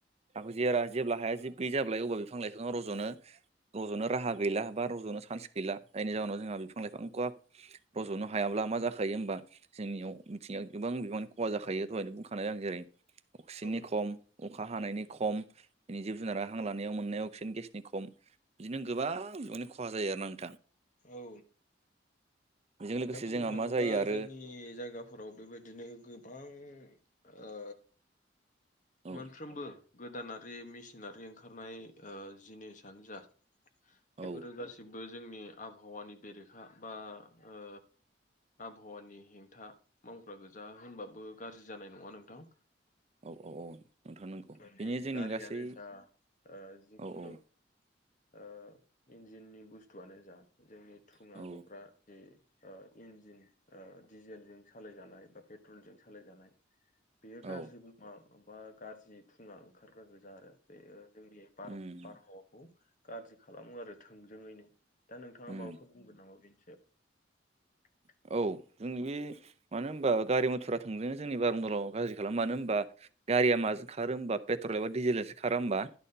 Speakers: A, on the right (about 35°); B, on the left (about 45°).
A: हाखौ जेरा-जेब्ला हाया जिब गैयै जाबाय अब्ला बिफां लाइफाङा रज'नो रज'नो राहा गैला बा रज'नो सानस गैला जायनि जाहोनाव जोंहा बिफां लाइफांखौ रज'नो हायाब्ला मा जाखायो होनबा जोंनियाव मिथिं आव गोबां बिबांनि खहा जाखायो दहायनो बुंखानाय आं जेरै अक्सिजेननि
B: औ
A: खम अखा हानायनि खम इनि जिब-जुनारा हां लानायाव मोननायाव अक्सिजेन गेसनि खम बिदिनो गोबां नि खहा जायो आरो ना नों
B: औ
A: बेजों लोगोसे
B: दा बुंनो
A: जोंहा
B: थाङोबा
A: मा जायो आरो
B: जोंनि जायगाफोराव बेबायदिनो गोबां ओ
A: औ
B: मोनफ्रोमबो गोदानारि मेचिनारि ओंखारनाय जिनिसआनो जा बेफोरो
A: औ
B: गासिबो जोंनि आबहावानि बेरेखा बा ओ आबहावानि हेंथा मावग्रा गोजा होनबाबो गाज्रि जानाय नङा नोंथां।
A: औ-औ-औ नोंथां।
B: माने
A: बेनि जोंनि
B: गारियानो
A: गासै
B: जा ओ जिखुनु
A: औ औ
B: ओ इन्जिननि बुस्थुआनो जा जोंनि थुङा
A: औ
B: गग्रा जि ओ इन्जिन ओ डिजेलजों सालायजानाय बा पेट्रलजों सालायजानाय बेयो गाज्रि
A: औ
B: <unintelligible> बा गाज्रि थुङा ओंखारग्रा गोजा आरो बेयो। जोंनि बार
A: उम
B: बारहावाखौ गाज्रि खालामो आरो थोंजोङैनो दा नोंथाङा
A: उम
B: माबाफोर बुंगोन नामा बेनि सायाव?
A: <unintelligible> गारिया माजों खारो होमबा पेट्रल एबा डिजेलजोंसो खारा होमबा